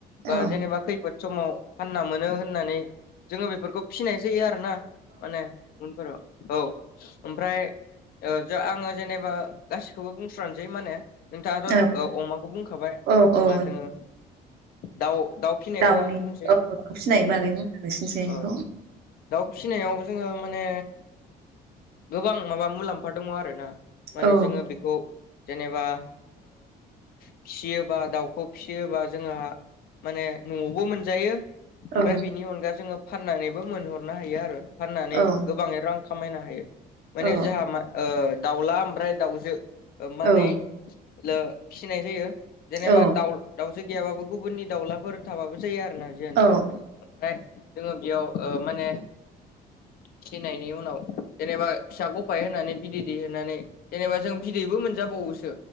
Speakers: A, on the left (about 60°); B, on the right (about 70°).
A: बा
B: औ
A: जेनेबा खैफोद समाव फानना मोनो होननानै जोङो बेफोरखौ फिसिनाय जायो आरो ना, माने उनफोराव औ। ओमफ्राय आङो जेनेबा गासिखौबो बुंस्रानोसै माने। नोंथाङाथ'
B: औ
A: अमाखौ बुंखाबाय।
B: औ
A: होमबा
B: औ
A: जोङो दाउ दाउ फिसिनायखौ
B: दाउनि
A: आं बुंसै।
B: औ दा फसिनायनि बागै
A: औ औ
B: <unintelligible>
A: दाउ फिसिनायाव जोङो माने गोबां माबा मुलाम्फा दङ आरोना। माने
B: औ
A: जोङो बेखौ जेनेबा फिसियोबा दाउखौ फिसियोबा जोंहा माने न'आवबो मोनजायो, ओमफ्राय
B: औ
A: बेनि अनगा जोङो फाननानैबो मोनहरनो हायो आरो फाननानै
B: औ
A: गोबाङै रां खामायनो हायो माने
B: औ
A: जोंहा म दाउला ओमफ्राय दाउजो, मानैे
B: औ
A: फिसिनाय जायो‌ जेनेबा
B: औ
A: दाउ दाउसो गैयाबाबो गुबुननि दाउलाफोर थाबाबो जायो आरो ना जियानोजा
B: औ
A: ओमफ्राय जोङो बेयाव माने फिसिनायनि उनाव जेनेबा फिसा गफाय होनानै बिदै दै होनानै जेनेबा जों बिदैबो मोनजाबावोसो।